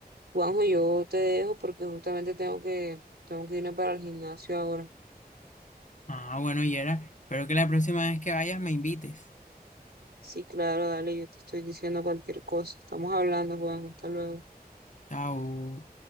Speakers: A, on the right; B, on the left.
A: Juanjo, yo te dejo porque justamente tengo que, tengo que irme para el gimnasio ahora.
B: Ah, bueno, Yera, espero que la próxima vez que vayas me invites.
A: Sí, claro, dale, yo te estoy diciendo cualquier cosa, estamos hablando, Juanjo, hasta luego.
B: Chao.